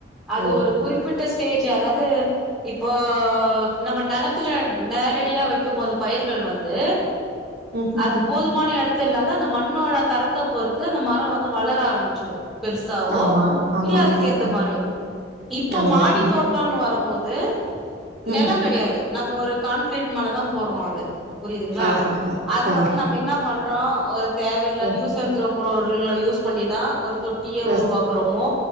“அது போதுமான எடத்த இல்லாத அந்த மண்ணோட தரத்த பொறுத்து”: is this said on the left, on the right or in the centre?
Centre